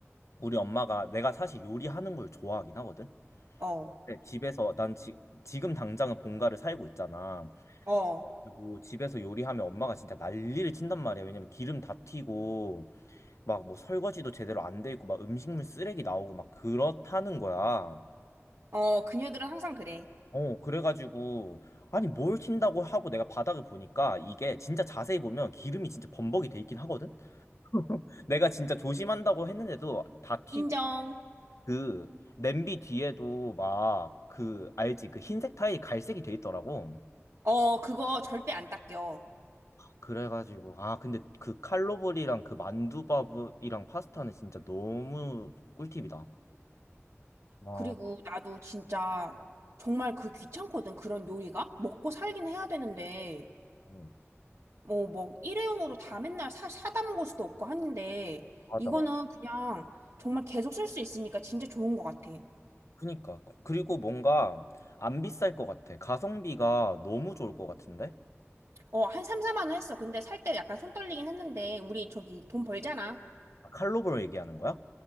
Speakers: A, on the left; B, on the right.
A: 우리 엄마가 내가 사실 요리하는 걸 좋아하긴 하거든.
B: 어,
A: 네, 집에서 난 지, 지금 당장은 본가를 살고 있잖아.
B: 어,
A: 그리고 집에서 요리하면 엄마가 진짜 난리를 친단 말이야. 왜냐면 기름 다 튀고 막 뭐 설거지도 제대로 안 돼 있고 막 음식물 쓰레기 나오고 막 그렇다는 거야.
B: 어, 그녀들은 항상 그래.
A: 어, 그래가지고 아니 뭘 친다고 하고 내가 바닥을 보니까 이게 진짜 자세히 보면 기름이 진짜 범벅이 돼 있긴 하거든. <laughs> 내가 진짜 조심한다고 했는데도 다 튀고
B: 인정.
A: 그 냄비 뒤에도 막 그 알지? 그 흰색 타일이 갈색이 돼 있더라고.
B: 어, 그거 절대 안 닦여.
A: 그래가지고 아 근데 그 칼로벌이랑 그 만두밥이랑 파스타는 진짜 너무 꿀팁이다. 와,
B: 그리고 나도 진짜 정말 그 귀찮거든. 그런 요리가. 먹고 살긴 해야 되는데.
A: 음,
B: 뭐, 뭐, 일회용으로 다 맨날 사, 사다 먹을 수도 없고 하는데.
A: 맞아,
B: 이거는
A: 맞아.
B: 그냥 정말 계속 쓸 수 있으니까 진짜 좋은 것 같아.
A: 그니까 그리고 뭔가 안 비쌀 것 같아. 가성비가 너무 좋을 것 같은데?
B: 어, 한 3, 4만 원 했어. 근데 살 때 약간 손 떨리긴 했는데, 우리 저기 돈 벌잖아.
A: 아, 칼로벌 얘기하는 거야?